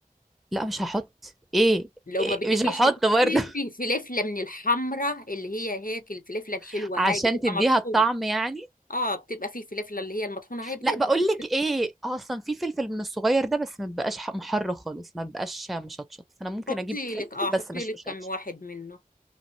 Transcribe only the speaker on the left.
لو
ما بدكيش
تحطي
في فلفله من الحمراء اللي هي هيك الفلفله الحلوه
هاي بتبقى
مطحونه
اه بتبقى في فلفله اللي هي المطحونه هاي بتقدر
تحطي
لك
حطي
لك اه حطي
لك
كم واحد منه